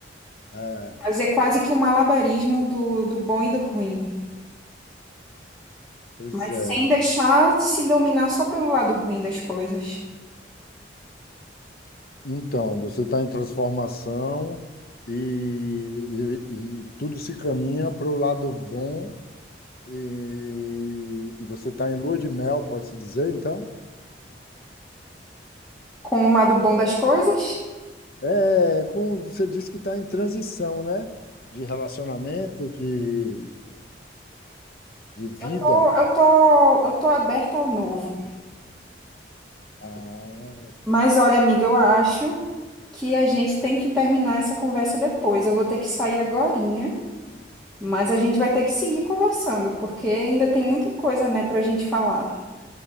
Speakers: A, on the left (about 55°); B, in the centre.
A: É,
B: Fazer quase que um malabarismo do, do bom e do ruim.
A: pois
B: Mas
A: é.
B: sem deixar se dominar só pelo lado ruim das coisas.
A: Então, você está em transformação e, e- e tudo se caminha para o lado bom e, e você está em lua de mel, pode-se dizer, então?
B: Com o lado bom das coisas,
A: É, como você disse que está em transição, né? De relacionamento, de, de vida.
B: eu tô, eu tô, eu tô aberta ao novo.
A: Ah,
B: Mas olha, amiga, eu acho que a gente tem que terminar essa conversa depois. Eu vou ter que sair agorinha, mas a gente vai ter que seguir conversando, porque ainda tem muita coisa, né, pra gente falar.